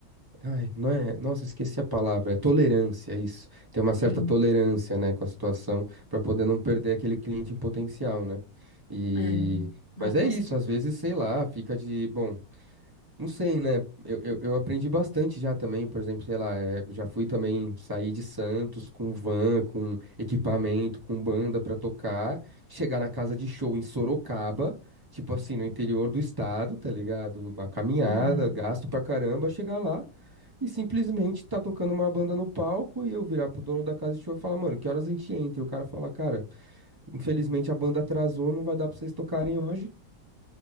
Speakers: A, on the right; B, on the left.
A: Ai, não é. Nossa, esqueci a palavra. É tolerância, isso. Tem uma
B: sim,
A: certa tolerância, né, com a situação, para poder não perder aquele cliente em potencial, né? E.
B: é. Não,
A: Mas é
B: com
A: isso,
B: certeza.
A: às vezes, sei lá, fica de, bom. Não sei, né? Eu, eu, eu aprendi bastante já também, por exemplo, sei lá, eh, já fui também sair de Santos com van, com equipamento, com banda pra tocar, chegar na casa de show em Sorocaba, tipo assim, no interior do estado, tá ligado? Uma caminhada,
B: Uhum.
A: gasto pra caramba, chegar lá e simplesmente tá tocando uma banda no palco e eu virar pro dono da casa de show e falar, mano, que horas a gente entra? E o cara falar, cara, infelizmente a banda atrasou, não vai dar pra vocês tocarem hoje.